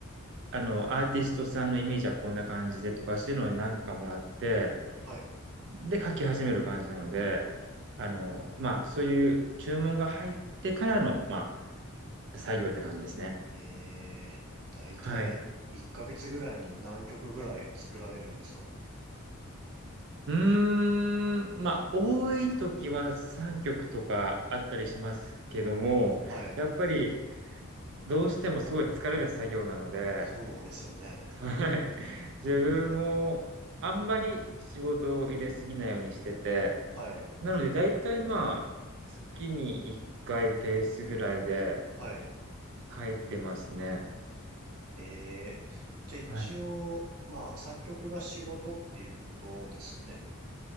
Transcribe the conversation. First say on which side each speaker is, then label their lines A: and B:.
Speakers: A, on the right; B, on the right.
A: あの、アーティストさんのイメージはこんな感じでとか、そういうのを何個かもらって、
B: はい。
A: で書き始める感じなので、あの、まあ、そういう注文が入ってからの、まあ、作業って感じですね。
B: ええだいたいい。
A: はい。
B: 1ヶ月ぐらいに何曲ぐらい作られるんですか
A: うーん、まあ、多い時は3曲とかあったりしますけども、
B: はい、
A: やっぱりどうしてもすごい疲れる作業なので、
B: そうですよね。
A: はい。自分もあんまり仕事を入れすぎないようにしてて、
B: はい、
A: なので大体まあ、月に1回ペースぐらいで
B: はい。
A: 書いてますね。
B: えー、じゃあ一応、
A: はい。
B: まあ、作曲が仕事っていうことですよね。